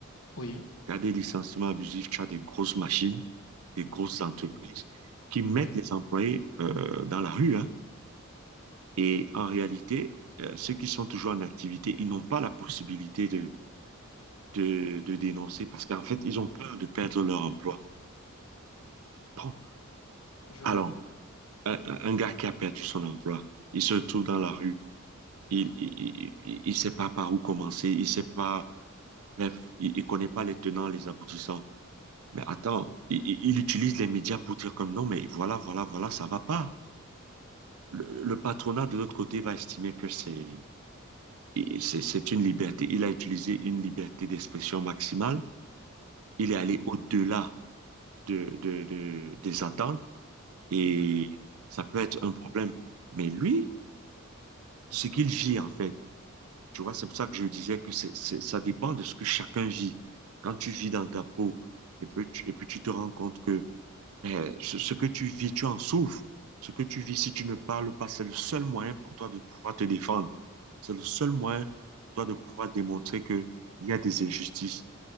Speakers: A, on the left; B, on the right.
A: oui,
B: Cas de licenciement abusif, tu as des grosses machines, des grosses entreprises qui mettent
A: oui,
B: les employés euh, dans la rue, hein. Et en réalité, euh, ceux qui sont toujours en activité, ils n'ont pas la possibilité de, de, de dénoncer parce qu'en fait, ils ont peur de perdre leur emploi. Bon,
A: je
B: alors,
A: vois.
B: un un- un gars qui a perdu son emploi, il se retrouve dans la rue. Il, il, il, il sait pas par où commencer, il sait pas, bref, il, il connaît pas les tenants, les aboutissants. Mais attends, il, il- il utilise les médias pour dire comme non, mais voilà, voilà, voilà, ça va pas. Le, le patronat de l'autre côté va estimer que c'est, et c'est, c'est une liberté. Il a utilisé une liberté d'expression maximale. Il est
A: Oui,
B: allé au-delà de, de, de- des attentes et
A: oui,
B: ça peut être un problème. Mais lui, ce qu'il gît en fait, Tu vois, c'est pour ça que je disais que c'est, c'est- ça dépend de ce que chacun vit. Quand tu vis dans ta peau et puis tu, et puis tu te rends compte que eh, ce, ce que tu vis, tu en souffres. Ce que tu vis, si tu ne parles pas, c'est le seul moyen pour toi de pouvoir te défendre. C'est le seul moyen pour toi de pouvoir démontrer qu'il y a des injustices.